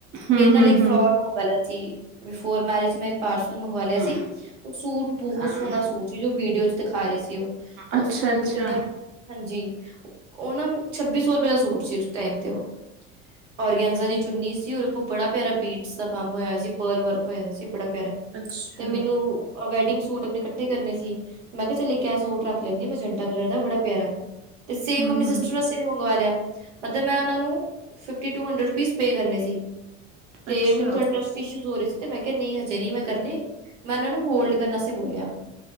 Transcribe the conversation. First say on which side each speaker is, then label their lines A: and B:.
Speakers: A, on the right; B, on the right.
A: ਹਮ
B: ਮੇਰੇ ਨਾਲ
A: ਹਮ
B: ਇੱਕ
A: ਹਮ
B: ਫਰੋਡ ਹੋਣ ਵਾਲਾ ਸੀ, ਬਿਫੋਰ ਮੈਰਿਜ ਮੈਂ ਪਾਰਸਲ ਮੰਗਵਾ ਲਿਆ
A: ਹਮ
B: ਸੀ, ਉਹ ਸੂਟ ਬਹੁਤ
A: ਹਾਂ
B: ਸੋਹਣਾ ਸੂਟ ਸੀ ਜੋ ਵੀਡੀਓ ਚ ਦਿਖਾ ਰਹੇ ਸੀ ਉਹ
A: ਅੱਛਾ
B: ਸੂਟ
A: ਅੱਛਾ।
B: ਹਾਂਜੀ, ਉਹ ਨਾ ਛੱਬੀ ਸੌ ਰੁਪਏ ਦਾ ਸੂਟ ਸੀ ਉਸ ਟਾਈਮ ਤੇ ਉਹ ਔਰਗੈਨਜ਼ਾ ਦੀ ਚੁੰਨੀ ਸੀ ਰ ਬੜਾ ਪਿਆਰਾ ਬੀਟਸ ਦਾ ਕੰਮ ਹੋਇਆ ਸੀ ਪਰਲ ਵਰਕ ਹੋਇਆ ਦਾ ਸੀ ਬੜਾ ਪਿਆਰਾ।
A: ਅੱਛਾ
B: ਤੇ ਮੈਨੂੰ ਅ ਵੈਡਿੰਗ ਸ ਸੂਟ ਅਪਨੇ ਕੱਠੇ ਕਰਨੇ ਸੀ, ਤੇ ਮੈਂ ਕਿਆ ਚੱਲ ਇੱਕ ਐ ਸੂਟ ਰੱਖ ਲੈਂਨੀ ਆ ਮੈਂਜੰਟਾ ਕਲਰ ਦਾ ਬੜਾ ਪਿਆਰਾ ਤੇ ਸੇਮ
A: ਹਮ
B: ਅਪਨੀ ਸਿਸਟਰ
A: ਹਮ
B: ਵਸ ਤੇ ਵੀ ਮੰਗਵਾ ਲਿਆ ਅਤੇ ਮੈਂ ਉਨਾਂ ਨੂੰ fifty two hundred rupees pay ਕਰਨੇ ਸੀ। ਤੇ
A: ਅੱਛਾ
B: ਮੈਨੂੰ ਥੋੜਾ ਟਰ ਟ ਇਸ਼ੂਸ ਹੋ ਰੇ ਸੀ ਤੇ ਮੈਂ ਕਿਆ ਨਈ ਹਜੇ ਨੀ ਮੈਂ ਕਰਨੇ, ਮੈਂ ਉਨਾ ਨੂੰ ਹੋਲਡ ਕਰਨ ਅਸਤੇ ਬੋਲਿਆ।